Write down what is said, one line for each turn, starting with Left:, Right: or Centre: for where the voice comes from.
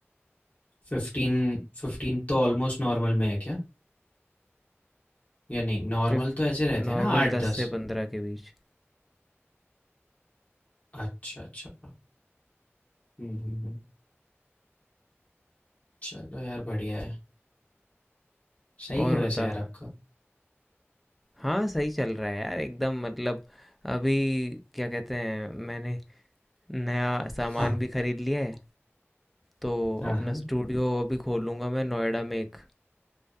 Left: 15 15 तो ऑलमोस्ट नॉर्मल में है क्या? या नहीं नॉर्मल
Centre: फिफ्ट
Left: तो ऐसे रहते
Centre: नॉर्मल
Left: हैं ना 8-10?
Centre: दस से पंद्रह के बीच
Left: अच्छा, अच्छा। हुँ, हुँ, हुँ। चलो यार बढ़िया है। सही
Centre: और
Left: है वैसे
Centre: बता
Left: यार आपका।
Centre: हाँ, सही चल रहा है यार एकदम मतलब अभी क्या कहते हैं मैंने नया सामान
Left: हाँ,
Centre: भी खरीद लिया है तो
Left: हाँ,
Centre: अपना
Left: हाँ।
Centre: स्टूडियो अभी खोलूँगा मैं नोएडा में एक